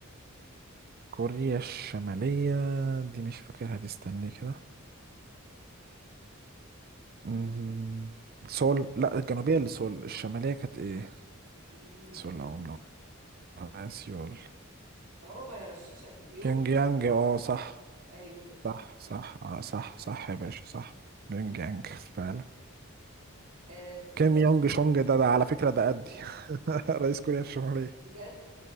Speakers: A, on the right; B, on the right.
A: كوريا الشمالية دي مش فاكرها دي استني كده مم. سول لا الجنوبية اللي سول الشمالية كانت ايه
B: بي-
A: سول
B: بيونج
A: او من سيول
B: اهو بغششك بيونج
A: بيونج يانج اه صح
B: ايوه كده
A: صح صح اه صح صح يا باشا صح بيونج يانج فعلا
B: آه
A: كيم
B: طيب
A: يونج شونج ده ده على فكرة ده قدي <laughs> رئيس كوريا الشمالية
B: بجد